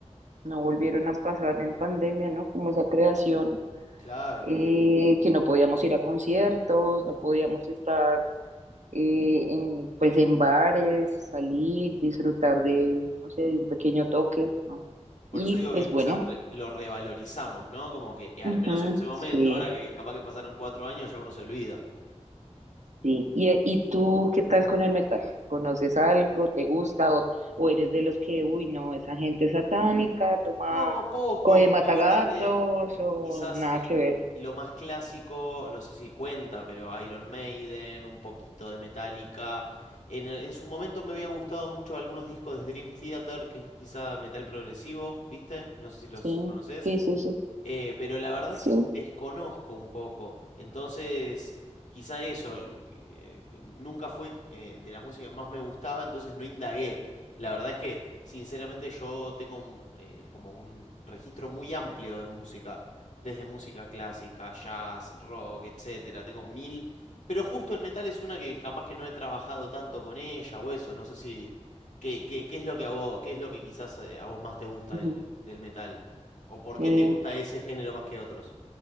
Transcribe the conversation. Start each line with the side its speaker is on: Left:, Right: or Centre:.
Right: no volvieron a pasar en pandemia, ¿no? Como esa creación,
Left: Claro.
Right: eh, que no podíamos ir a conciertos, no podíamos estar eh, en, pues en bares, salir, disfrutar de, no sé, de un pequeño toque, ¿no?
Left: Por
Right: Y
Left: eso digo
Right: pues
Left: que quizás
Right: bueno,
Left: re- lo revalorizamos, ¿no? Como que eh, al
Right: ujú,
Left: menos en ese momento,
Right: sí.
Left: ahora que capaz que pasaron cuatro años, ya uno se olvida.
Right: Sí, ¿Y, y tú qué tal con el metal? ¿Conoces algo? ¿Te gusta? ¿O, o eres de los que, uy, no, esa gente es satánica, toma,
Left: No, poco.
Right: coge matagatos
Left: La verdad que
Right: o
Left: quizás
Right: nada
Left: eh,
Right: que ver?
Left: lo más clásico, no sé si cuenta, pero Iron Maiden, un poquito de Metallica. En, el- en su momento me había gustado mucho algunos discos de Dream Theater, que es quizá metal progresivo, ¿viste? No sé si los
Right: Sí,
Left: conoces.
Right: sí, sí, sí,
Left: Eh, pero la verdad
Right: sí,
Left: es que desconozco un poco. Entonces, quizá eso, eh, nunca fue eh, de la música más me gustaba, entonces no indagué. La verdad es que, sinceramente, yo tengo un, eh, como un registro muy amplio de música, desde música clásica, jazz, rock, etcétera. Tengo mil, pero justo el metal es una que capaz que no he trabajado tanto con ella o eso. No sé si, ¿qué, qué, qué es lo que a vos, qué es lo que quizás eh, a vos más te gusta
Right: ujú,
Left: <laughs> del, del metal? ¿O por
Right: sí.
Left: qué te gusta ese género más que otros?